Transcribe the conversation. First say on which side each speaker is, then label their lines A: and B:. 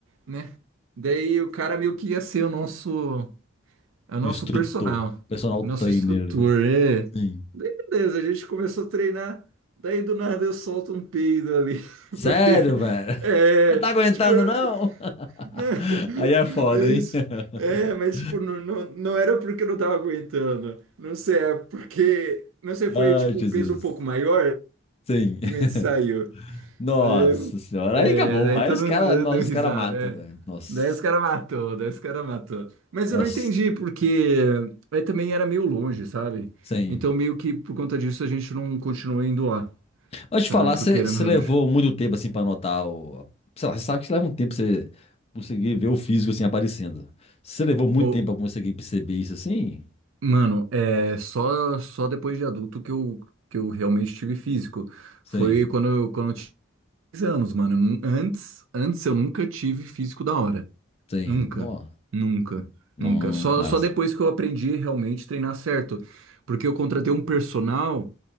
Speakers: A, on the right; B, on the left.
A: né? Daí o cara meio que ia ser o nosso. É o nosso
B: O instrutor,
A: personal,
B: personal
A: nosso
B: trainer.
A: instrutor, é.
B: Sim.
A: Daí, beleza, a gente começou a treinar, daí do nada eu solto um peido ali, <laughs>
B: Sério,
A: porque,
B: velho?
A: é,
B: Não tá aguentando,
A: tipo, eu-
B: não?
A: não,
B: <laughs>
A: <laughs>
B: Aí é foda,
A: é
B: hein?
A: isso,
B: <laughs>
A: é, mas tipo, não, não, não era porque eu não tava aguentando, não sei, é porque, não sei,
B: Ai,
A: foi tipo
B: ai, Jesus.
A: um peso um pouco maior,
B: Sim.
A: simplesmente saiu.
B: <laughs> Nossa
A: Aí-
B: senhora.
A: É,
B: Aí acabou.
A: daí
B: Aí
A: todo
B: os caras,
A: mundo
B: nós,
A: eh, deu risada,
B: os caras matam,
A: é.
B: velho. Nossa.
A: Daí os caras matou, daí os caras matou. Mas
B: Nossa.
A: eu não entendi, porque aí também era meio longe, sabe?
B: Sim.
A: Então meio que por conta disso a gente não continuou indo lá,
B: Mas
A: sabe?
B: te falar,
A: Porque
B: você
A: era
B: você
A: meio
B: levou
A: longe.
B: muito tempo assim pra anotar o. Sei lá, você sabe que leva um tempo pra você conseguir ver o físico assim aparecendo. Você levou muito
A: Ô,
B: tempo pra conseguir perceber isso assim?
A: mano, é só, só depois de adulto que eu, que eu realmente tive físico.
B: Sim.
A: Foi quando, eu- quando eu tinha 10 anos, mano. Eu nun- Antes, antes eu nunca tive físico da hora.
B: Sim.
A: Nunca,
B: Não.
A: nunca,
B: Não.
A: nunca. Só,
B: Massa.
A: só depois que eu aprendi realmente a treinar certo. Porque eu contratei um personal,